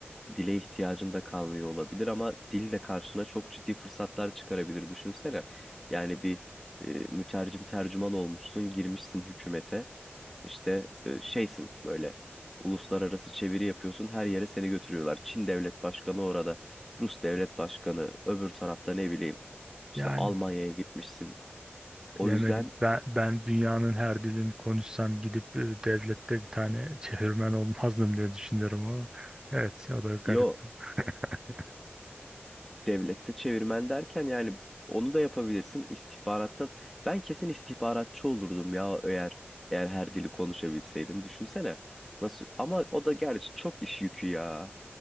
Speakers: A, in the centre; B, on the right.
A: dile ihtiyacın da kalmıyor olabilir ama dil de karşına çok ciddi fırsatlar çıkarabilir düşünsene. Yani bir e, mütercim tercüman olmuşsun, girmişsin hükümete. İşte e, şeysin böyle uluslararası çeviri yapıyorsun her yere seni götürüyorlar. Çin devlet başkanı orada, Rus devlet başkanı öbür tarafta ne bileyim işte
B: Ya
A: Almanya'ya gitmişsin. O
B: bilemedim.
A: yüzden
B: Ben, ben dünyanın her dilini konuşsam gidip e, devlette bir tane çevirmen olmazdım diye düşünüyorum ama evet o da garip.
A: yo
B: <laughs>
A: devlette çevirmen derken yani onu da yapabilirsin istihbaratta. Ben kesin istihbaratçı olurdum ya eğer eğer her dili konuşabilseydim düşünsene. Nasıl ama o da gerçi çok iş yükü ya.